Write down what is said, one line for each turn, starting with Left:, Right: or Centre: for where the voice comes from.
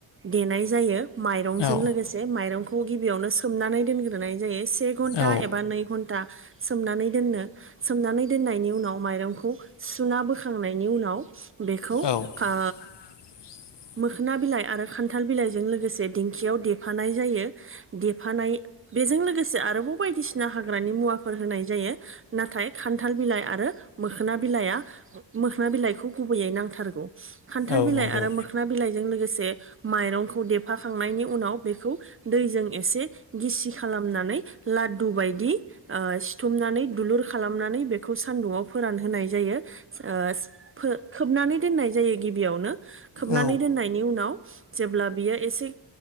Right: देनाय जायो। माइरंजों
Left: औ
Right: लोगोसे माइरंखौ खौ गिबियावनो सोमनानै दोनग्रोनाय जायो से घन्टा
Left: औ
Right: एबा नै घन्टा सोमनानै दोननो सोमनानै दोननायनि उनाव माइरंखौ सुना बोखांनायनि उनाव बेखौ
Left: औ
Right: खा
Left: <inaudible>
Right: मोखोना बिलाइ आरो खान्थाल बिलाइजों लोगोसे दिंखियाव देफानाय जायो देफानाय बेजों लोगोसे आरोबाव बायदिसिना हाग्रानि मुवाफोर होनाय जायो नाथाय खान्थाल बिलाइ आरो मोखोना बिलाइआ, मोखोना बिलाइखौ गुबैयै नांथारगौ। खान्थाल
Left: औ
Right: बिलाइ
Left: नंगौ
Right: आरो मोखोन बिलाइजों लोगोसे बे माइरंखौ देफाखांनायनि उनाव बेखौ दैजों एसे गिसि खालामनानै लादु बायदि ओ सिथुमनानै दुलुर खालामनानै बेखौ सान्दुंआव फोरानहोय जायो ओ फो खोबनानै दोननाय जायो गिबियावनो खोबनानै
Left: औ
Right: दोननायनि उनाव जेब्ला बियो एसे